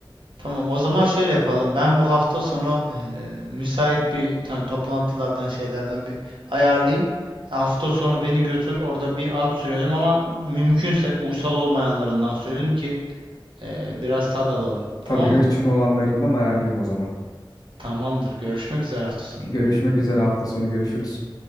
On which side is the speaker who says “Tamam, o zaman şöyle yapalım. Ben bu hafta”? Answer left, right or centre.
Right